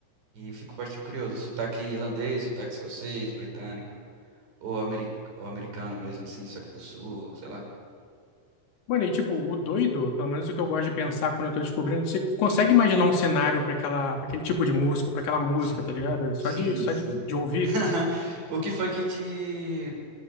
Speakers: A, on the right; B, on the left.
A: E eu fico bastante curioso. Sotaque irlandês, sotaque escocês, britânico, ou, ameri- ou americano mesmo, assim, só que do sul, sei lá.
B: Mano, e tipo, o doido, pelo menos o que eu gosto de pensar quando eu tô descobrindo, você consegue imaginar um cenário pra aquela, pra aquele tipo de música, pra aquela música,
A: Sim,
B: tá ligado? Só
A: sim,
B: de, só
A: sim.
B: de, de ouvir.
A: <laughs> O que foi que te.